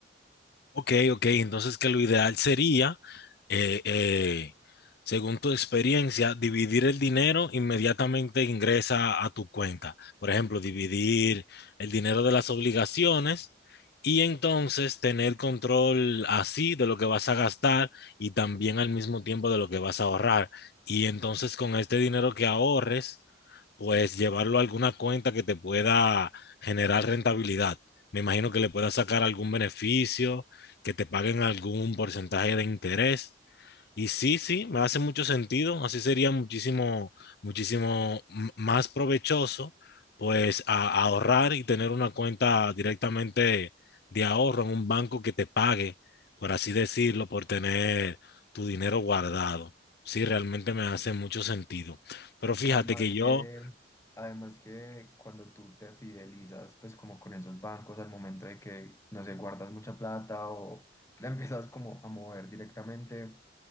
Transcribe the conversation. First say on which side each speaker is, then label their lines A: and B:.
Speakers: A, on the left; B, on the left.
A: Ok, ok, entonces que lo ideal sería eh, eh, según tu experiencia, dividir el dinero inmediatamente ingresa a tu cuenta. Por ejemplo, dividir el dinero de las obligaciones y entonces tener control así de lo que vas a gastar y también al mismo tiempo de lo que vas a ahorrar. Y entonces con este dinero que ahorres, pues llevarlo a alguna cuenta que te pueda generar rentabilidad. Me imagino que le puedas sacar algún beneficio, que te paguen algún porcentaje de interés. Y sí, sí, me hace mucho sentido. Así sería muchísimo, muchísimo m- más provechoso, pues, a- a ahorrar y tener una cuenta directamente de ahorro en un banco que te pague, por así decirlo, por tener tu dinero guardado. Sí, realmente me hace mucho sentido. Pero fíjate
B: Además
A: que
B: que,
A: yo,
B: además que cuando tú te fidelizas pues como con esos bancos al momento de que, no sé, guardas mucha plata o la <laughs> empiezas como a mover directamente